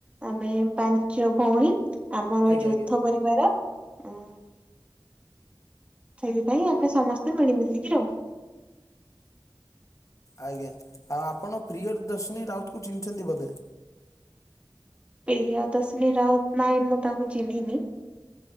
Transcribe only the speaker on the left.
ଆଜ୍ଞା
ଆଜ୍ଞା
ଆଜ୍ଞା ଆଉ ଆପଣ ପ୍ରିୟଦର୍ଶିନୀ ରାଉତ କୁ ଚିହିଛନ୍ତି ବୋଧେ?